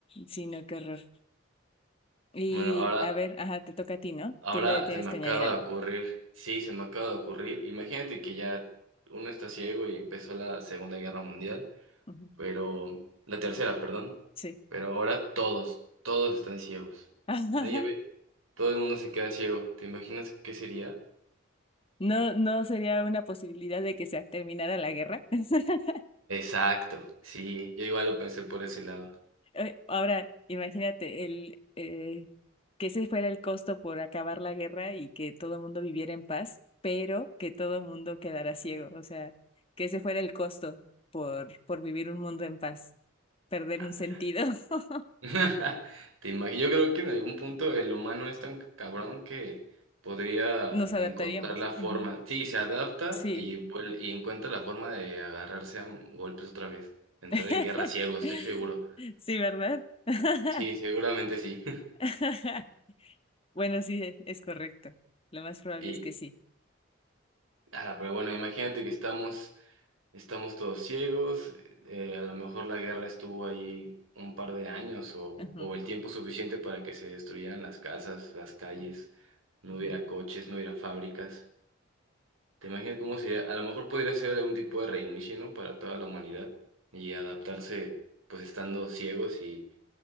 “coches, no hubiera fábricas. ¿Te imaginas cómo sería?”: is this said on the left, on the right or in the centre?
Right